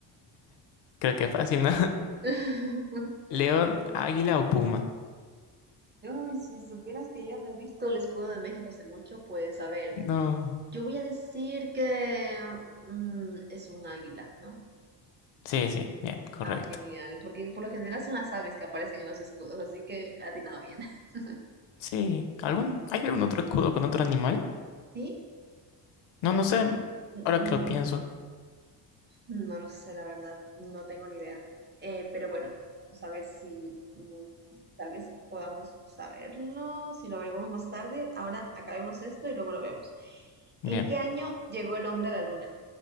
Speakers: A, on the left (about 75°); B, on the right (about 25°).
A: Creo que es fácil, ¿no? <laughs>
B: <laughs>
A: ¿León, águila o puma?
B: Uy, si supieras que yo no he visto el escudo de México hace mucho, pues a ver,
A: No.
B: yo voy a decir que mm, es un águila, ¿no?
A: Sí, sí, bien, correcto.
B: Ah, genial, porque por lo general son las aves que aparecen en los escudos, así que ha atinado bien. <laughs>
A: Sí, ¿algún, hay algún otro escudo con otro animal?
B: Sí,
A: No,
B: pues
A: no sé,
B: n- n-
A: ahora que lo pienso.
B: no lo sé, la verdad, no tengo ni idea. Eh, pero bueno, vamos a ver si mm, tal vez podamos saberlo, si lo averiguamos más tarde. Ahora acabemos esto y luego lo vemos.
A: Bien.
B: ¿En qué año llegó el hombre a la luna?